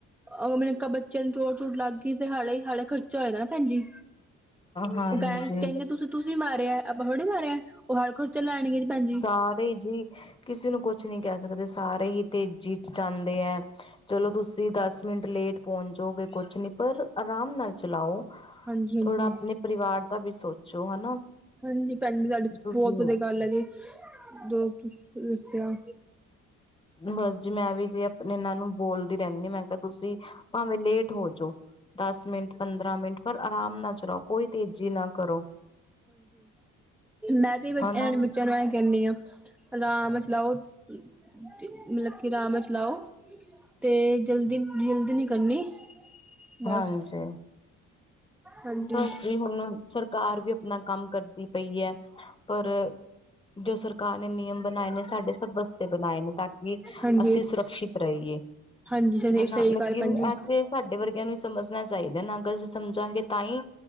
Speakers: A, in the centre; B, on the left.
A: ਅਗਰ ਮੈ ਕਿਆ ਬੱਚਿਆਂ ਨੂੰ ਚੋਟ ਚੋਟ ਲੱਗ ਗਈ ਤੇ ਹਲੇ, ਹਲੇ ਖਰਚਾ ਹੋਏਗਾ ਨਾ ਭੈਣਜੀ।
B: ਹਾਂਜੀ।
A: ਓਹ ਕੈਨ ਕੈਨਗੇ ਤੁਸੀਂ ਤੁਸੀਂ ਮਾਰਿਐ, ਆਪਾਂ ਥੋੜੀ ਮਾਰਿਐ। ਓਹ ਹਰ ਖਰਚਾ ਲੈਣਗੇ ਜੀ ਭੈਨਜੀ।
B: ਆਪੇ ਜੀ ਕਿਸੀ ਨੂੰ ਕੁਛ ਨਈ ਕੈ ਸਕਦੇ। ਸਾਰੇ ਈ ਤੇਜ਼ੀ ਚ ਜਾਂਦੇ ਐ। ਚਲੋ ਤੁਸੀਂ ਦਸ ਮਿੰਟ ਲੇਟ ਪੋਂਚ ਜਾਓਗੇ ਕੁਛ ਨੀ, ਪਰ ਅਰਾਮ ਨਾਲ ਚਲਾਓ,
A: ਹਾਂਜੀ
B: ਥੋੜਾ
A: ਹਾਂਜੀ
B: ਆਪਨੇ ਪਰਿਵਾਰ ਦਾ ਵੀ ਸੋਚੋ, ਹਨਾ।
A: ਹਾਂਜੀ, ਭੈਨਜੀ ਤਾਡੇ ਚ
B: ਤੁਸੀਂ
A: ਬੋਤ ਵਧੀਆ ਗੱਲ ਹੈ ਜੀ ਜੋ ਤੁਸੀ ਸੋਚਿਆ
B: ਬਸ ਜੀ ਮੈਂ ਵੀ ਜੀ ਆਪਨੇ ਏਹਨਾਂ ਨੂੰ ਬੋਲਦੀ ਰਹੰਦੀ ਆਂ। ਮੈਂ ਕਿਹਾ ਤੁਸੀਂ ਭਾਵੇਂ ਲੇਟ ਹੋ ਜਾਓ ਦਁਸ ਮਿੰਟ ਪੰਦਰਾ ਮਿੰਟ ਪਰ ਆਰਾਮ ਨਾਲ ਚਲਾਓ, ਕੋਈ ਤੇਜੀ ਨਾ ਕਰੋ।
A: ਮੈ ਵੀ ਜੀ
B: ਹਨਾ
A: ਐਂ ਬੱਚਯਾਂ ਨੂੰ ਐਂ ਕਹਨੀ ਆਂ ਅਰਾਮ ਨਾਲ ਚਲਾਓ। ਕੀ ਬੀ ਕੀ ਅਰਾਮ ਨਾਲ ਚਲਾਓ ਤੇ ਜਲਦੀ ਨ ਜਲਦੀ ਨਈ ਕਰਨੀ ਬਸ
B: ਹਾਂਜੀ
A: ਹਾਂਜੀ
B: ਬਸ ਜੀ ਹੁਨ ਸਰਕਾਰ ਵੀ ਅਪਨਾ ਕੰਮ ਕਰਦੀ ਪਈ ਐ, ਪਰ ਜੋ ਸਰਕਾਰ ਨੇ ਨਿਯਮ ਬਨਾਏ ਨੇ ਸਾਡੇ ਸਬ ਵਸਤੇ ਬਨਾਏ ਨੇ ਤਾਕਿ
A: ਹਾਂਜੀ।
B: ਅਸੀਂ ਸੁਰਕਸ਼ਿਤ ਰਈਏ।
A: ਹਾਂਜੀ ਸਹੀ
B: ਹਨਾ
A: ਸਹੀ
B: ਲੇਕਿਨ
A: ਗੱਲ ਭੈਣ ਜੀ
B: ਆ ਤੇ ਸਾਡੇ ਵਰਗਿਆਂ ਨੂੰ ਹੀ ਸਮਝਣਾ ਚਾਹੀਦਾ ਨਾ ਕ ਸਮਝਾਂਗੇ ਤਾਹੀ